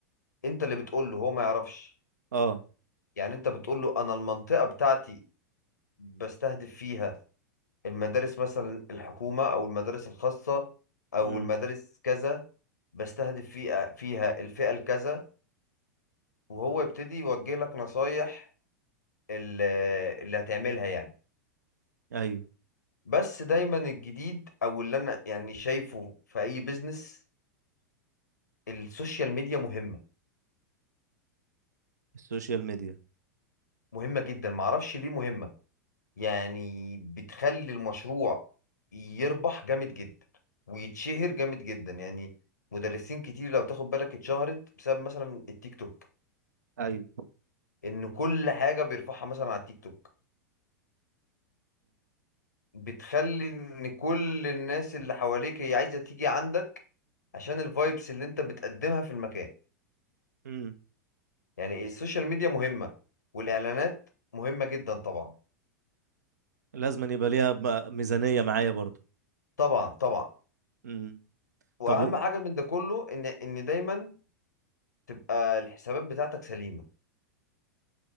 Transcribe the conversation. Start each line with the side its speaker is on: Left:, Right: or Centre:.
Left: انت اللي بتقول له هو ما يعرفش
Right: اه
Left: يعني انت بتقول له انا المنطقة بتاعتي بستهدف فيها المدارس مثلا الحكومة او المدارس الخاصة او
Right: امم
Left: المدارس كذا بستهدف فيها فيها الفئة الكذا وهو يبتدي يوجه لك نصايح ال- اللي هتعملها يعني
Right: ايوه
Left: بس دايما الجديد او اللي انا يعني شايفه في اي بيزنس السوشيال ميديا مهمة
Right: السوشيال ميديا
Left: مهمة جدا معرفش ليه مهمة يعني بتخلي المشروع يربح جامد جدا ويتشهر جامد جدا يعني مدرسين كتير لو تاخد بالك اتشهرت بسبب مثلا التيك توك
Right: ايوه
Left: ان كل حاجة بيرفعها مثلا على التيك توك بتخلي ان كل الناس اللي حواليك هي عايزة تيجي عندك عشان الفايبس اللي انت بتقدمها في المكان
Right: امم
Left: يعني السوشيال ميديا مهمة والاعلانات مهمة جدا طبعا
Right: لازم أن يبقى ليها م- ميزانية معايا برضو
Left: طبعا طبعا
Right: امم
Left: واهم
Right: طب و-
Left: حاجة من ده كله ان ان دايما تبقى الحسابات بتاعتك سليمه